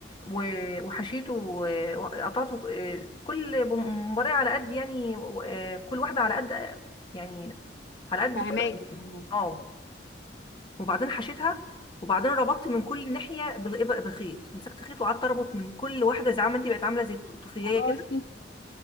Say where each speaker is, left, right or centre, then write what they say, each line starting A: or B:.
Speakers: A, on the left; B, on the left.
A: و- وحشيته و- وقطعته آه، كل ممبارية على قد يعني آه، كل واحدة على قد يعني على قد
B: فهماكي
A: فرق
B: يعني
A: اه وبعدين حشيتها وبعدين ربطت من كل ناحية بالإب- بخيط مسكت خيط وقعدت اربط من كل واحدة زي عم انت بقت عاملة زي الطوفية
B: خلاص
A: كده